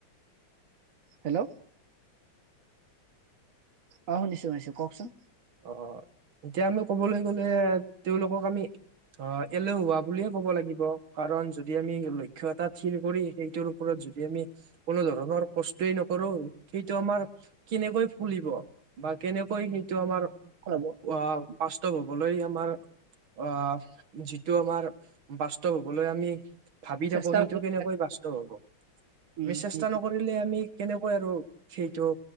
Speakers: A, on the right (about 45°); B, on the right (about 75°).
A: হেল্ল'। অ শুনিছো শুনিছো কওঁক চোন?
B: অ এতিয়া আমি কবলৈ গলে তেওঁলোকক আমি অ এলেহোৱা বুলিয়ে ক'ব লাগিব কাৰণ যদি আমি লক্ষ্য এটা থিৰ কৰি সেইটোৰ ওপৰত যদি আমি কোনো ধৰণৰ কষ্টয়ে নকৰো সেইটো আমাৰ কেনেকৈ ফুলিব। বা কেনেকৈ সেইটো আমাৰ
A: ওলাব
B: আহ বাস্তৱ হবলৈ আমাৰ আহ যিটো আমাৰ বাস্তৱ হবলৈ আমি ভাবি
A: চেষ্টা
B: থাকো সেইটো
A: কৰি
B: কেনেকৈ বাস্তৱ হব
A: উম
B: আমি চেষ্টা
A: সেইটো
B: নকৰিলে আমি কেনেকৈ আৰু সেইটো